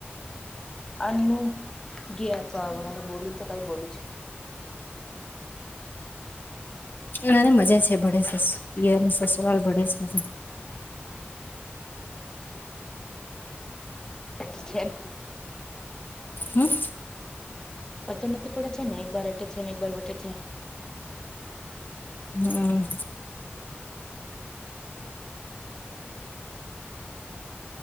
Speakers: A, on the left; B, on the left.
A: આ ન ગયા તો હ મને બોલું તો કઈ બોલું છે.
B: ને મજા છે ભડે સરસ ને સરસ સવાલ ભડે છે.
A: પા <unintelligible> કિસ્થન
B: હમ
A: પતો નથી પડે છે ને એક બાર એટે છે ને એક બાર વટે છે.
B: હમ્મ